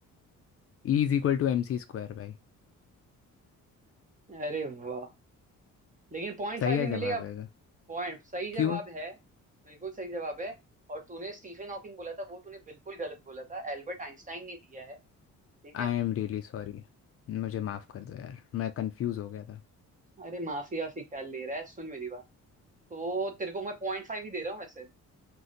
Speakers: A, on the left (about 45°); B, on the right (about 25°).
A: E is equal to M C square भाई
B: है अरे वाह लेकिन पॉइंट
A: सही
B: फाइव
A: है
B: ही मिलेगा
A: जवाब है
B: पॉइंट सही जवाब
A: क्यों
B: है बिल्कुल सही जवाब है और तूने स्टीफन हॉकिंग बोला था वो तूने बिल्कुल गलत बोला था एल्बर्ट आइंस्टाइन ने दिया है ठीक है
A: आई एम रियली सॉरी मुझे माफ़ कर दो यार मैं कंफ्यूज हो गया था
B: अरे माफी आफी ख्याल ले रहा है सुन मेरी बात तो तेरे को मैं पॉइंट फाइव ही दे रहा हूँ वैसे